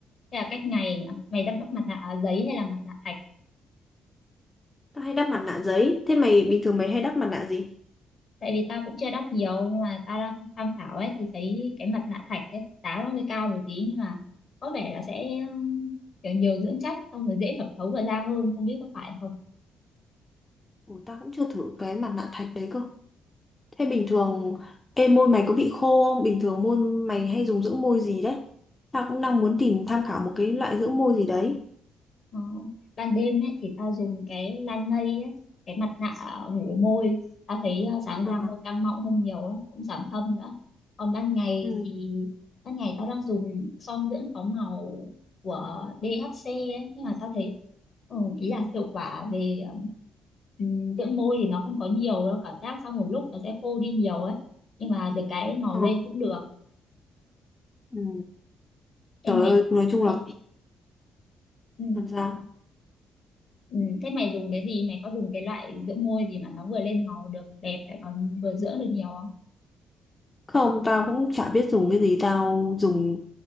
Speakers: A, on the left (about 50°); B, on the left (about 20°).
A: thế là cách ngày nhỉ? mày đắp đắp mặt nạ à, giấy hay là mặt nạ thạch
B: tao hay đắp mặt nạ giấy thế mày bình thường mày hay đắp mặt nạ gì
A: tại vì tao cũng chưa đắp nhiều nhưng mà tao đang tham khảo ấy thì thấy cái mặt nạ thạch cái giá nó hơi cao một tí nhưng mà có vẻ là sẽ ừ, kiểu nhiều dưỡng chất xong rồi dễ thẩm thấu vào da hơn không biết có phải không
B: Ủa, tao cũng chưa thử cái mặt nạ thạch đấy cơ Thế bình thường em môn mày có bị khô không? Bình thường môn mày hay dùng dưỡng môi gì đấy? Tao cũng đang muốn tìm tham khảo một cái loại dưỡng môi gì đấy.
A: Ờ, ban đêm ấy, thì tao dùng cái Lanei ấy, cái mặt nạ ngủ môi tao thấy ờ, sáng
B: Ờ,
A: ra môi căng mọng hơn nhiều ấy, cũng giảm thâm nữa còn ban ngày
B: Ừ.
A: thì ban ngày tao đang dùng son dưỡng có màu của DHC ấy, nhưng mà tao thấy ừ, ý là hiệu quả về ừ, dưỡng môi thì nó không có nhiều đâu cảm giác sau một lúc nó sẽ khô đi nhiều ấy nhưng mà được cái màu
B: ờ,
A: lên cũng được
B: Ừ.
A: em
B: Trời
A: mày
B: ơi, nói chung là
A: ừ.
B: làm sao?
A: Ừ, thế mày dùng cái gì? Mày có dùng cái loại dưỡng môi gì mà nó vừa lên màu được đẹp lại còn vừa dưỡng được nhiều không?
B: Không, tao cũng chả biết dùng cái gì, tao dùng